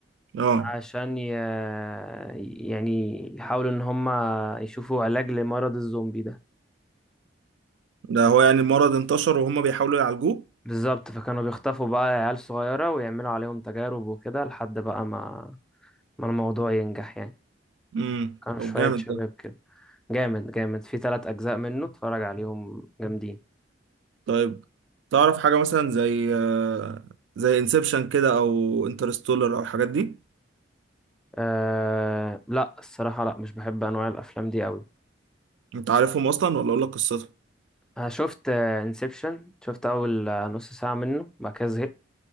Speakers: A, on the right; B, in the centre.
A: اه
B: عشان ي... يعني يحاولوا إن هم يشوفوا علاج لمرض الزومبي ده
A: ده هو يعني المرض انتشر وهما بيحاولوا يعالجوه
B: بالظبط فكانوا بيخطفوا بقى عيال صغيرة ويعملوا عليهم تجارب وكده لحد بقى ما ما الموضوع ينجح يعني
A: امم
B: كانوا
A: طب
B: شوية
A: جامد
B: شباب
A: ده
B: كده جامد جامد في ثلاث أجزاء منه اتفرج عليهم جامدين
A: طيب تعرف حاجة مثلا زي آه، زي انسبشن كده او انترستولر او الحاجات دي
B: أه... لا الصراحة لا مش بحب أنواع الأفلام دي أوي
A: انت عارفهم اصلا ولا اقول لك قصتهم
B: أنا شفت انسبشن شفت أول آه، نص ساعة منه بعد كده زهقت